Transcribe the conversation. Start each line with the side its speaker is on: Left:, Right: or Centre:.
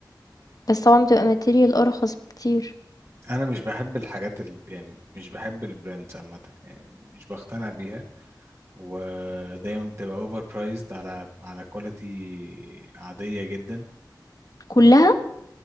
Left: بس طبعًا بتبقى material أرخص بكتير.
Right: أنا مش بحب الحاجات ال... يعني مش بحب البراندز عامة يعني مش بقتنع بيها ودايما بتبقى اوفر برايزد على على كواليتي عادية جدا
Left: كُلّها؟